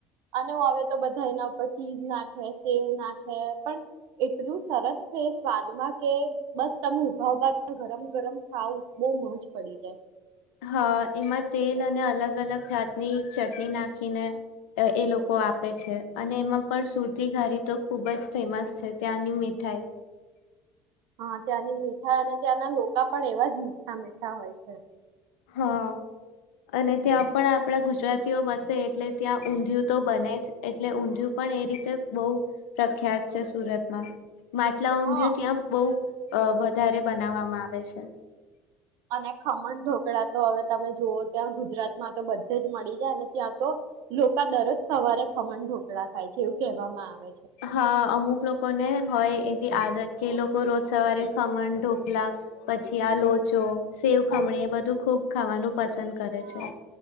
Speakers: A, on the right; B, on the left.
A: અને હ હવે. તો બધા એના ઉપર ચીઝ નાખે સેવ નાખે પણ એટલું સરસ તે સ્વાદમાં કે બસ તમે ઉભાઉભા ગરમ ગરમ ખાવ બહુ મજ પડી જાય.
B: હા એમાં તેલ અને અલગ અલગ જાતની ચટણી નાખીને એ લોકો આપે છે અને એમાં પણ સુરતી ઘારી તો ખૂબ જ ફેમસ છે ત્યાંની મીઠાઈ
A: હા ત્યાંની મીઠાઈ અને ત્યાંના લોકા પણ એવા જ મીઠા મીઠા હોય છે.
B: હા અને ત્યાં પણ આપણા ગુજરાતીઓ વસે એટલે ત્યાં ઊંધિયું તો બને જ એટલે ઊંધિયું પણ એ રીતે બહુ પ્રખ્યાત છે સુરતમાં. માટલા ઊંધિયું
A: હા
B: ત્યાં બહુ અ વધારે બનાવવામાં આવે છે.
A: અને ખમણ ઢોકળા તો હવે તમે જુઓ ત્યાં ગુજરાતમાં તો બધ જ મળી જાય અને ત્યાં તો લોકો દરરોજ સવારે ખમણ ઢોકળા થાય છે એવું. કહેવામાં આવે. છે
B: હા અમુક લોકો ને હોય આદત કે લોકો રોજ સવારે ખમણ ઢોકલા પછી આ લોચો સેવ ખમણી એ બધું ખુબ ખાવાનું પસંદ કરે
A: હા
B: છે